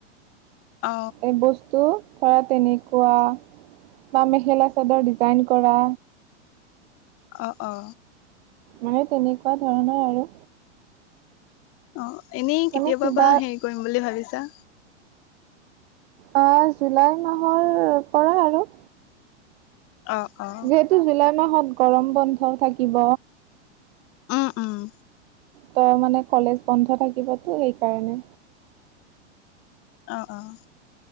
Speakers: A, on the left (about 40°); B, on the right (about 55°).
A: অ
B: এই বস্তু ধৰা তেনেকুৱা বা মেখেলা চাদৰ ডিজাইন কৰা
A: অ', অ',।
B: মানে তেনেকুৱা ধৰণৰ আৰু
A: অ', এনেই
B: মানে
A: কেতিয়াবা
B: কিবা
A: পৰা হেৰি কৰিম বুলি ভাবিছা।
B: অ', জুলাই মাহৰ পৰা আৰু।
A: অ অ
B: যিহেতু জুলাই মাহত গৰম বন্ধ থাকিব।
A: উম, উম।
B: তই মানে কলেজ বন্ধ থাকিবতো সেইকাৰণে।
A: অ ', অ',।